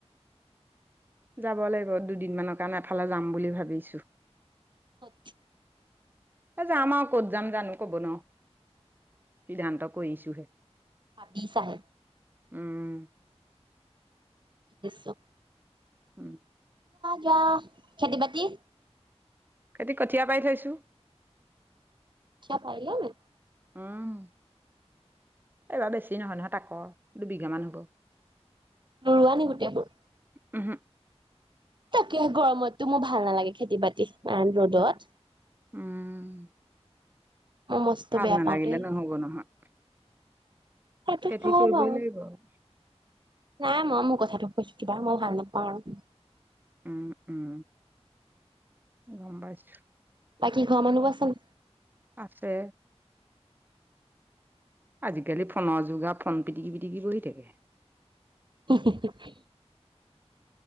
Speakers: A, on the right; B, on the right.
A: যাব লাগিব দুদিনমানৰ কাৰণে এফালে যাম বুলি ভাবিছো
B: কত
A: যাম আৰু কত যাম জানো কব নোৱাৰো সিদ্ধান্ত কৰিছোহে
B: হাবি চাহ
A: উম
B: দিছো
A: উম
B: যোৱা খেতি বাতি
A: খেতি কঠীয়া পাৰি থৈছো
B: পাৰিলাই নি
A: এইবাৰ বেছি নহয় নহয় ত আকৌ দুবিঘামান হ'ব
B: নৰুৱা নে গোটেইবোৰ
A: ওহোঁ
B: তাকে গৰমততো মোৰ ভাল নালাগে খেতি বাতি ৰ'দত
A: উহ
B: মই মস্ত
A: ভাল
B: বেয়া
A: নালাগিলে
B: পাওঁ দেই
A: নহব নহয়
B: সেইটো
A: খেতি
B: হয়
A: কৰিবই
B: বাৰু
A: লাগিব ই
B: নাই মই মোৰ কথাটো কৈছো কিবা মই ভাল নাপাওঁ আৰু
A: উম উম গম পাইছো
B: বাকী ঘৰ মানুহ বোৰ আচে নাই
A: আছে আজিকালি ফোনৰ যগাৰ ফোন পিটিকি পিটিকি বহি থাকে
B: হি হি